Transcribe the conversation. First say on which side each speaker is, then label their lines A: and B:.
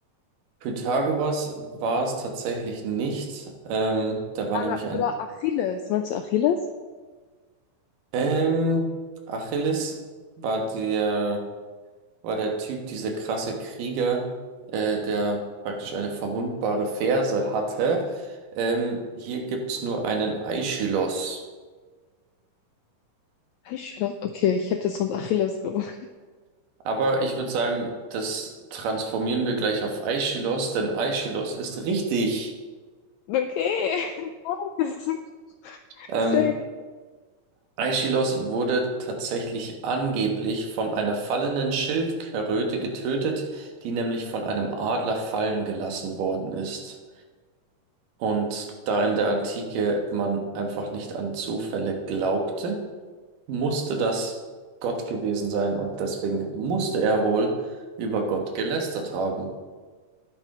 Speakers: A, on the right; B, on the left.
A: Pythagoras war es tatsächlich nicht. Ähm, der war nämlich
B: Oder,
A: ein
B: oder Achilles. Meinst du Achilles?
A: Ähm, Achilles war der, war der Typ, dieser krasse Krieger, äh, der praktisch eine verwundbare Ferse hatte. Ähm, hier gibt's nur einen Aeschylus.
B: Heißsporn? Okay, ich hätte sonst Achilles gesagt.
A: Aber ich würde sagen, das transformieren wir gleich auf Aeschylus, denn Aeschylus ist richtig. <laughs>
B: Okay. <laughs>
A: Ähm,
B: Deswegen.
A: Aeschylus wurde tatsächlich angeblich von einer fallenden Schildkröte getötet, die nämlich von einem Adler fallen gelassen worden ist. Und da in der Antike man einfach nicht an Zufälle glaubte, musste das Gott gewesen sein und deswegen musste er wohl über Gott gelästert haben.